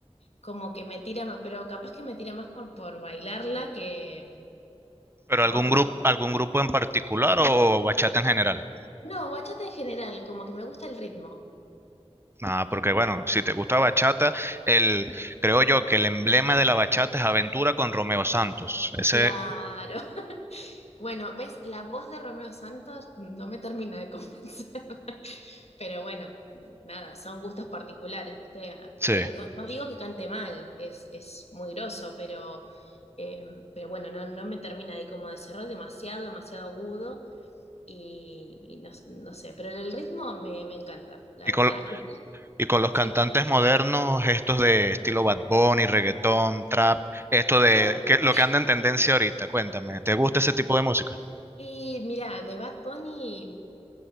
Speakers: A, on the left (about 70°); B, on the right (about 20°).
A: como que me tira más, pero capaz que me tira más por, por bailarla que,
B: ¿Pero
A: ¿no?
B: algún
A: Que,
B: grupo, algún grupo en particular o bachata en general?
A: no, bachata en general, como que me gusta el ritmo.
B: Ah, porque bueno, si te gusta bachata, el, creo yo que el emblema de la bachata es Aventura con Romeo Santos. Ese,
A: Claro. <laughs> Bueno, ves, la voz de Romeo Santos no me termina de convencer, <laughs> pero bueno, nada, son gustos particulares, ¿viste? Ah,
B: sí.
A: pe- No, no digo que cante mal, es, es muy groso, pero, eh, pero bueno, no, no me termina ahí como de cerrar demasiado, demasiado agudo y, y no, no sé, pero el ritmo me, me encanta, la
B: Y con,
A: verdad.
B: y con los cantantes
A: Sí.
B: modernos, estos de estilo Bad Bunny, reggaetón, trap, esto de
A: Ah,
B: que, lo que anda en tendencia ahorita, cuéntame, ¿te gusta ese tipo de música?
A: y mira, de Bad Bunny,